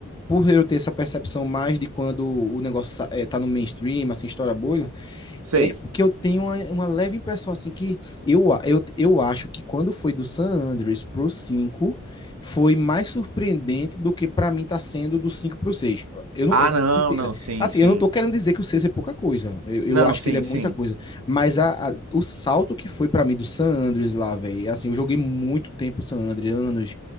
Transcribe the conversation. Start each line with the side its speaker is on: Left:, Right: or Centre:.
Left: por eu ter essa percepção mais de quando o negócio é, tá no mainstream, assim, estoura a bolha,
Right: sei.
Left: é porque eu tenho uma, uma leve impressão, assim, que eu, a- eu, eu acho que quando foi do San Andreas pro 5 foi mais surpreendente do que para mim tá sendo do 5 pro 6. Eu não
Right: Ah,
Left: eu-
Right: não,
Left: entenda.
Right: não, sim,
Left: Assim,
Right: sim.
Left: eu não tô querendo dizer que o 6 é pouca coisa. Eu, eu
Right: Não,
Left: acho
Right: sim,
Left: que ele é muita
Right: sim.
Left: coisa. Mas a, a- o salto que foi para mim do San Andreas lá, velho, assim, eu joguei muito tempo San Andreas, anos,